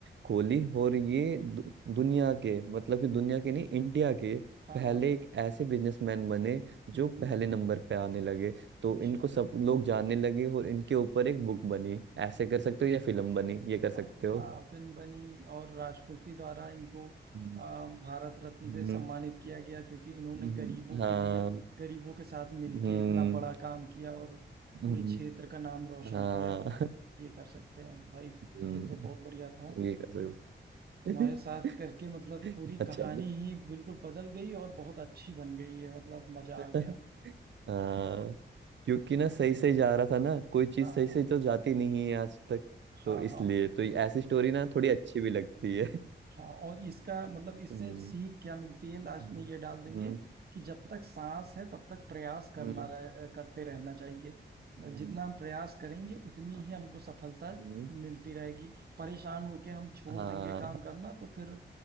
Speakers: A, on the right (about 70°); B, on the right (about 55°).
A: खोली और ये दु, दुनिया के मतलब कि दुनिया के नहीं इंडिया के
B: हाँ
A: पहले
B: हाँ
A: एक ऐसे बिजनेसमैन बने जो
B: हम्म
A: पहले
B: हम्म,
A: नंबर पे आने लगे तो
B: अच्छा
A: इनको सब लोग जानने लगे और इनके ऊपर एक बुक बनी ऐसे कर सकते हो या फिल्म बनी ये कर सकते
B: हाँ
A: हो
B: हाँ फिल्म बनी और राष्ट्रपति द्वारा इनको
A: हम्म,
B: अ, भारत रत्न
A: हम्म,
B: से सम्मानित किया गया क्योंकि इन्होंने
A: हम्म,
B: गरीबों के
A: हाँ
B: लिए गरीबों के साथ मिलके
A: हम्म
B: इतना बड़ा काम किया और पूरे
A: हम्म,
B: क्षेत्र का नाम रोशन
A: हाँ
B: किया
A: <laughs>
B: ये कर सकते हैं भाई
A: हम्म,
B: ये तो बहुत बढ़िया था
A: ये कर सकते हो <laughs>
B: तुम्हारे साथ करके मतलब पूरी
A: अच्छा
B: कहानी
A: तो
B: ही बिल्कुल बदल गई और बहुत अच्छी बन गई है मतलब मजा
A: <laughs>
B: आ गया
A: हाँ क्योंकि ना सही सही जा रहा था ना कोई चीज
B: हाँ
A: सही
B: हाँ
A: से तो जाती नहीं है आज तक
B: हाँ
A: तो
B: हाँ
A: इसलिए तो ये ऐसी स्टोरी ना थोड़ी अच्छी भी लगती है
B: हाँ और इसका मतलब इससे
A: हम्म
B: सीख क्या मिलती है लास्ट
A: हम्म
B: में ये डाल देंगे
A: हम्म
B: कि जब तक सांस है तब तक प्रयास करना
A: हम्म,
B: रह, करते रहना चाहिए
A: हम्म,
B: जितना हम प्रयास करेंगे उतनी
A: हाँ
B: ही हमको सफलता
A: हम्म,
B: मिलती रहेगी परेशान होके हम छोड़
A: हाँ,
B: देंगे काम करना तो फिर